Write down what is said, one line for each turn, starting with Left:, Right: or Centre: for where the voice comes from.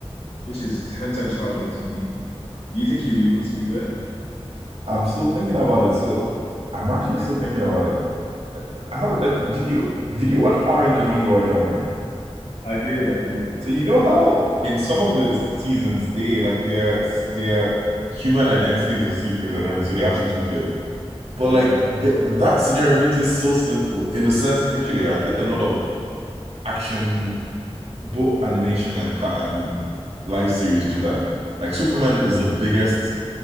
Left: which is ten times harder to do. Do you think you'll be able to do that?
Right: I'm still thinking about it. So I'm actually still thinking about it. I have a question. Did you did you watch Power Rangers when you were younger?
Left: I did, I did.
Right: So you know how in some of the seasons they like their their human identities are secrets and everything, so they have to keep it. But
Left: Yeah.
Right: like th that scenario makes it so simple in a sense. Actually, I think a lot of action, both animation and ca- and live series do that. Like Superman is the biggest